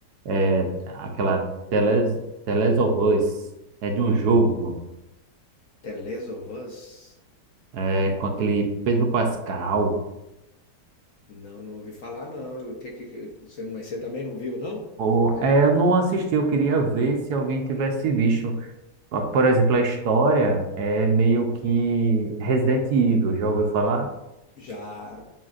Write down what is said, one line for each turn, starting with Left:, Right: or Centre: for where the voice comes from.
Right: é, aquela Teles, Teles of Us. É de um jogo,
Left: The Last of Us?
Right: é, com aquele Pedro Pascal.
Left: Não, não ouvi falar não. O que que que- você, mas você também não viu, não?
Right: Ou, é, eu não assisti, eu queria ver se alguém tivesse visto. Pa- Por exemplo, a história é meio que Resident Evil, já ouviu falar?
Left: Já.